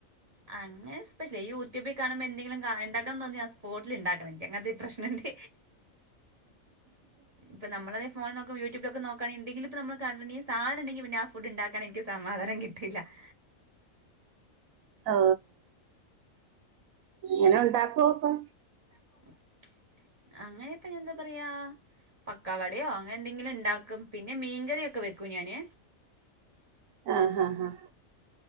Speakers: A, on the right; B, on the right.
A: അങ്ങെ സ്പെഷ്യല ഈ യൂട്യൂബിൽ കാണുമ്പോ എന്തെങ്കിലും ഉണ്ടാക്കാൻ തോന്നിയാ ആ സ്പോട്ടിൽ ഇണ്ടാക്കണം എനിക്ക് അങ്ങനത്തെ പ്രശ്നംണ്ട് ഇപ്പ നമ്മളാണെ ഫോണി നോക്കുമ്പോ യൂട്യൂബിൽ നോക്കണി എന്തെങ്കിലും ഇപ്പ നമ്മള് കണ്ടിട്ടുണ്ടേ സാധനം ഇണ്ടെങ്കിൽ പിന്നെ ആ ഫുഡ്ണ്ടാക്കൻ എനിക്ക് സമാധാനം കിട്ടില്ല <inaudible>
B: ഓ ഇങ്ങനെ ഉണ്ടാക്കുവോപ്പം
A: <inaudible> അങ്ങനെ ഇപ്പൊ എന്താ പറയാ പക്കവടയോ അങ്ങനെ എന്തെങ്കിലും ഇണ്ടാക്കും പിന്നെ മീങ്കറിയൊക്കെ വെക്കും ഞാന്
B: ആഹ് ആഹ് ആഹ്